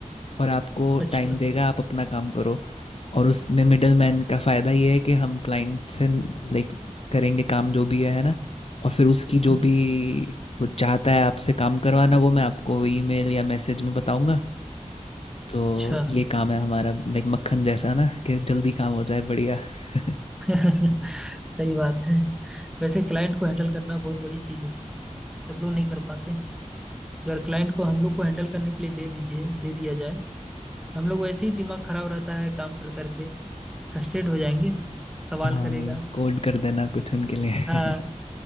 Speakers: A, on the left (about 50°); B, in the centre.
A: और आपको
B: अच्छा
A: टाइम देगा आप अपना काम करो और उसमें मिडल मैन का फ़ायदा ये है कि हम क्लाइंट से लाइक करेंगे काम जो भी है है ना और फिर उसकी जो
B: जी
A: भी
B: जी
A: वो चाहता है आपसे काम करवाना वो मैं आपको ईमेल या मैसेज में बताऊंगा तो
B: अच्छा
A: ये काम है हमारा लाइक मक्खन जैसा ना कि जल्दी काम हो जाए बढ़िया <laughs>
B: <laughs> सही बात है वैसे क्लाइंट को हैंडल करना बहुत बड़ी चीज़ होती है सब लोग नहीं कर पाते अगर क्लाइंट को हम लोग को हैंडल करने के लिए दे दीजिए दे दिया जाए हम लोग वैसे ही दिमाग खराब रहता है काम कर करके फ्रस्ट्रेट हो जाएंगे सवाल
A: हाँ
B: करेगा
A: कोड कर देना कुछ उनके लिए
B: हाँ
A: <laughs>